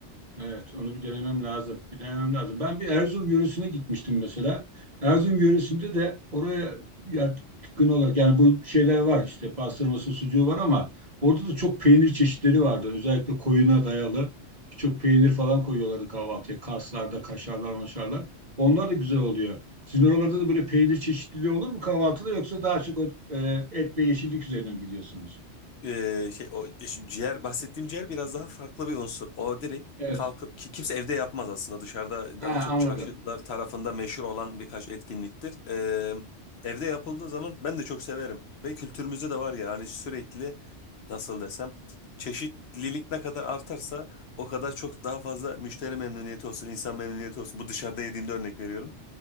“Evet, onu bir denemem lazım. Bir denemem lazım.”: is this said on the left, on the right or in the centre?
Right